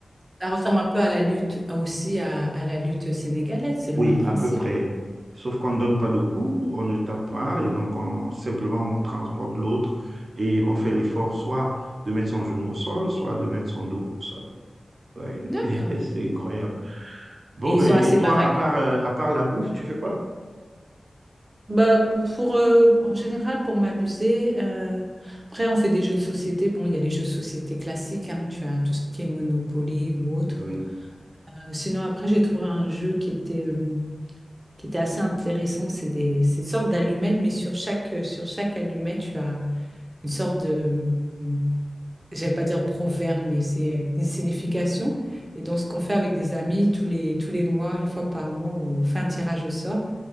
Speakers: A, on the right; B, on the right.
A: Ça ressemble un peu à la lutte aussi, à, à la lutte sénégalaise. C'est le
B: Oui,
A: même principe.
B: à peu près. Sauf qu'on ne donne pas de coups, on ne tape pas, et donc on, simplement on transporte l'autre et on fait l'effort soit de mettre son genou au sol, soit de mettre son dos au sol. Ouais,
A: D'accord.
B: <laughs> c'est incroyable. Bon,
A: Et
B: ben,
A: ils sont assez
B: et toi,
A: barrés.
B: à part, euh, à part la bouffe, tu fais quoi?
A: Bah, pour, euh, en général, pour m'amuser, euh, après, on fait des jeux de société. Bon, il y a les jeux de société classiques, hein, tu as tout ce qui est Monopoly ou autre.
B: Oui,
A: Euh, sinon, après, j'ai trouvé un jeu qui était, euh, qui était assez intéressant. C'est des, c'est une sorte d'allumette, mais sur chaque, euh, sur chaque allumette, tu as une sorte de, euh, j'allais pas dire proverbe, mais c'est euh, une signification. Et donc, ce qu'on fait avec des amis, tous les, tous les mois, une fois par mois, on fait un tirage au sort.